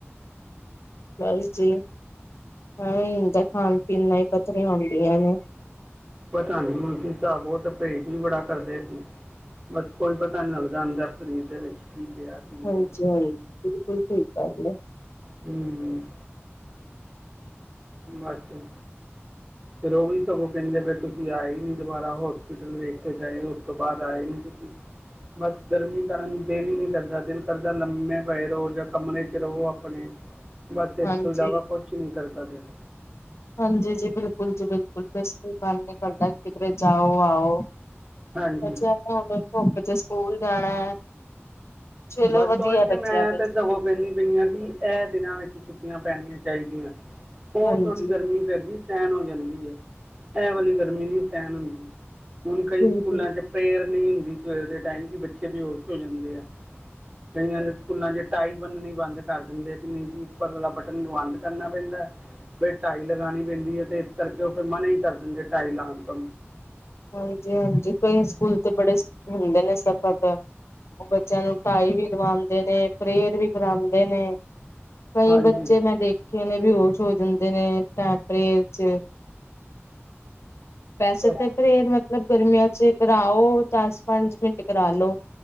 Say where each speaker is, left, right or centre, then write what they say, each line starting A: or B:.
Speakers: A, on the left (about 70°); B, on the right (about 25°).
A: ਬਸ ਜੀ, ਐਵੇ ਈ ਹੁੰਦਾ ਖਾਣ-ਪੀਣ ਨਈ ਪਤ ਪੱਥਰੀਆਂ ਹੁੰਦੀਆਂ ਨੇ।
B: ਪਤਾ ਨੀ ਮਤੰਰੀ ਸਾਹਿਬ, ਓਹ 'ਤੇ ਪਰਹੇਜ਼ ਈ ਬੜਾ ਕਰਦੇ ਸੀ। ਬਸ, ਕੋਈ ਪਤਾ ਨੀ ਲੱਗਦਾ ਅੰਦਰ ਸਰੀਰ ਦੇ ਵਿੱਚ ਕੀ ਪਿਆ। ਕੀ ਨਹੀਂ
A: ਹਾਂਜੀ
B: ਪਿਆ
A: ਹਾਂਜੀ, ਬਿਲਕੁਲ ਸਹੀ ਗੱਲ ਐ।
B: ਹੂੰ। ਬਾਕੀ ਫਿਰ ਉਹ ਵੀ ਸਗੋਂ ਕਹਿੰਦੇ, ਫਿਰ ਤੁਸੀਂ ਆਏ ਨੀ ਦੁਬਾਰਾ, ਹੋਸਪਿਟਲ ਵੇਖ ਕੇ ਗਏ, ਉਸ ਤੋਂ ਬਾਅਦ ਆਏ ਨੀ ਤੁਸੀਂ? ਬਸ ਗਰਮੀ ਕਾਰਨ ਦਿਲ ਈ ਨੀ ਕਰਦਾ, ਦਿਲ ਸਾਰਾ ਦਿਨ ਲੰਮੇ ਪਏ ਰਵੋ ਜਾਂ ਕਮਰੇ ਚ ਰਵੋ ਆਪਣੇ, ਬਸ
A: ਹਾਂਜੀ
B: ਇਸ ਤੋਂ ਇਲਾਵਾ ਕੁਛ ਕੁਛ ਵੀ ਨੀ ਕਰਦਾ ਪਿਆ ਹੈਗਾ।
A: ਹਾਂਜੀ ਜੀ ਬਿਲਕੁੱਲ ਜੀ ਬਿਲਕੁੱਲ ਬਸ ਕੋਈ ਗੱਲ ਨੀ ਕਰਦਾ। ਇਕ ਵਿੱਚ ਆਓ -ਆਓ
B: ਹਾਂਜੀ
A: ਬੱਚਿਆ ਨੇ ਹੁਣ ਧੁੱਪ ਚ੍ ਸਕੂਲ ਜਾਣਾ ਚਲੋ
B: ਬਸ
A: ਵਧੀਆ
B: ਉਹੀ ਤੇ
A: ਬੱਚਿਆਂ
B: ਮੈਂ
A: ਦਾ
B: ਤੇ ਫਿਰ ਸਗੋਂ ਕਹਿੰਦੀ ਪਈ ਆ ਕਿ ਇਹ ਦਿਨਾਂ ਵਿੱਚ ਛੁੱਟੀਆਂ ਪੈਣੀਆਂ ਚਾਹੀਦੀਆਂ। ਓਹ
A: ਹਾਂਜੀ
B: ਥੋੜ੍ਹੀ ਗਰਮੀ ਪੈਂਦੀ ਸਹਿਣ ਹੋ ਜਾਂਦੀ ਏ, ਐ ਵਾਲੀ ਗਰਮੀ ਨਹੀ ਸਹਿਣ ਹੁੰਦੀ। ਹੁਣ ਕਈ
A: ਬਿਲਕੁਲ
B: ਸਕੂਲਾਂ ਚ ਪ੍ਰੇਅਰ ਨਈ ਹੁੰਦੀ ਸਵੇਰ ਦੇ ਟਾਈਮ ਕਿ ਬੱਚੇ ਬੇਹੋਸ਼ ਹੋ ਜਾਂਦੇ ਆ। ਕਈਆਂ ਦੇ ਸਕੂਲ ਚ ਟਾਈ ਬਨਣੀ ਬੰਦ ਕਰ ਦਿੰਦੇ ਅ, ਕਿ ਨਈ ਜੀ, ਉੱਪਰ ਵਾਲਾ ਬਟਨ ਬੰਦ ਕਰਨਾ ਪੈਂਦਾ। ਫੇਰ ਟਾਈ ਲਗਾਣੀ ਪੈਂਦੀ ਏ, ਤੇ ਇਸ ਕਰਕੇ ਉਹ ਫੇਰ ਮਨਾ ਈ ਕਰ ਦਿੰਦੇ ਟਾਈ ਲਾਣ ਤੋਂ।
A: ਹਾਂਜੀ- ਹਾਂਜੀ ਕਈ ਸਕੂਲ ਤੇ ਬੜੇ ਹੁੰਦੇ ਨੇ ਸਖਤ ਓਹ ਬੱਚਿਆਂ ਨੂੰ ਟਾਈ ਵੀ ਲਵਾਂਦੇ ਨੇ। ਪ੍ਰੇਅਰ ਵੀ ਕਰਾਂਦੇ ਨੇ ਕਈ
B: ਹਾਂਜੀ
A: ਬੱਚੇ ਮੈਂ ਦੇਖੇ ਕਿਵੇਂ ਬਹੋਸ਼ ਹੋ ਜਾਂਦੇ ਨੇ ਤਾਂ ਪਰੇਰ ਚ। ਵੈਸੇ
B: ਬਸ
A: ਤਾਂ ਪਰੇਰ ਮਤਲਬ ਗਰਮੀਆਂ ਚ ਕਰਾਓ ਦਸ -ਪੰਜ -ਮਿੰਟ ਕਰਾ ਲੋ।